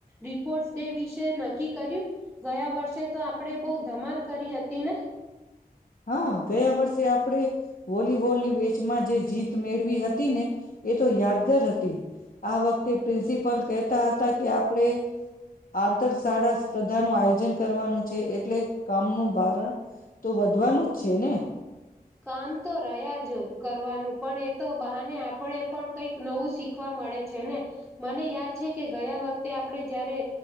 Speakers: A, in the centre; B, on the left.
A: રિપોર્ટ ડે વિશેય ન ક્કી કર્યું, ગયા વર્ષે તો આપણેે બહ ધમાલ કરી હતી ને.
B: હા, ગયા વર્ષે આપડે વોલીબોલની મેચમાં જે જીત મેળવી હતી ને એ તો યાદગાર હતી આ વખતે પ્રિન્સી પલ કહેતા હતા કે આપણે આંતર શાળા સ્પર્ધા નું આયોજન કરવાનું છે એટલે કામનું ભારણ તો વ ધવાનું જ છે ને.
A: કામ તો પ્રયાજ કરવાનું પણ એ તો બહાને આપણે પણ કઈક નવું શીખવા મળે છે ને. મને યાદ છે કે ગયા વખતે આપણે જયારે